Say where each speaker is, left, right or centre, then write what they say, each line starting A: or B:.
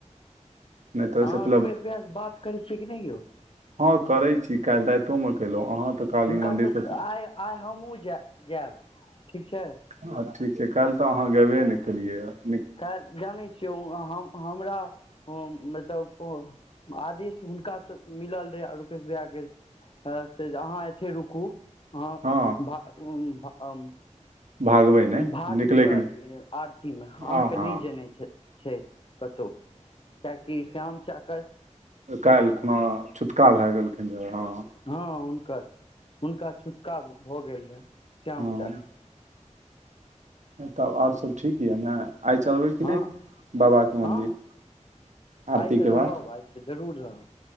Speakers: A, on the right; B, on the left.
A: नहि तऽ
B: अहाँ
A: ओहिसँ पहिले
B: रूपेश भैया स, बात करै छियै कि नहि यौ।
A: हँ करै छी, काल्हि राइतो में केलऊ, अहाँ तऽ- काली
B: हुनका
A: मन्दिरसँ
B: सबके, आइ आइ हमहूँ जा जैब, ठीक छै।
A: हँ ठीक छै, काल्हि तऽ अहाँ गेबे नहि केलियैए।
B: खैर जानै छियै, ओ हम - हमरा ओ मतलब ओ आदिश हुनकासँ मिलल रहै, रुपेश भैया के अ से जे अहाँ एथे रुकू। <unintelligible>
A: हँ भागबै नहि
B: भाग
A: निकलैके
B: लिय
A: नहि
B: ए आरती में, अहाँके
A: आ
B: नहि
A: हँ
B: जेनइ छथ-छैथ। कतौ, कियाकि श्याम चा कर,
A: काइल खुना, छूतका भए गेलखिन रैं हँ।
B: हँ, हुनकर - हुनका छुतका भऽ गेल रहैं, श्याम
A: हँ
B: चा क।
A: तब अओरसब ठीक यए नऽ, आइ चलबै कि
B: हँ
A: नहि बाबाके मन्दिर।
B: हँ
A: आरतीके
B: आइ तऽ रहब,
A: बाद
B: आइ तऽ जरूर रहब,